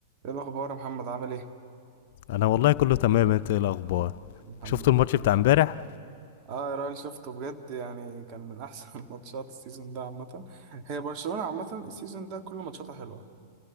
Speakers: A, on the right; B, on the left.
A: ايه الاخبار يا محمد عامل ايه
B: انا والله كله تمام انت ايه الاخبار
A: الحمد
B: شفت
A: لله
B: الماتش بتاع امبارح
A: اه يا راجل شفته بجد يعني كان من احسن <laughs> ماتشات السيزون ده عامه هي برشلونه عامه السيزون ده كل ماتشاتها حلوه